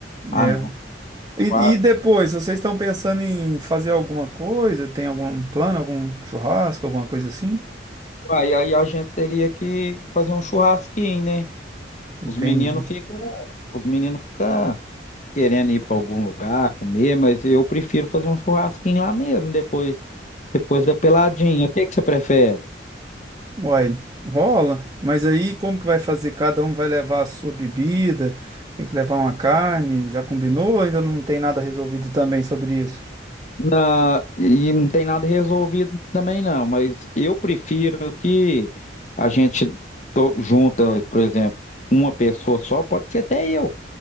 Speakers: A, on the left; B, on the right.
A: Ah,
B: É,
A: não.
B: e,
A: qua-
B: e depois, vocês estão pensando em fazer alguma coisa? Tem algum plano, algum churrasco, alguma coisa assim?
A: Aí, aí a gente teria que fazer um churrasquinho, né?
B: Entende?
A: Os meninos ficam, os meninos ficam querendo ir para algum lugar comer, mas eu prefiro fazer um churrasquinho lá mesmo, depois, depois da peladinha. O que que você prefere?
B: Uai, rola, mas aí como que vai fazer? Cada um vai levar a sua bebida, tem que levar uma carne, já combinou? Ainda não tem nada resolvido também sobre isso.
A: Na, e não tem nada resolvido também não, mas eu prefiro que a gente to- junta, por exemplo, uma pessoa só, pode ser até eu.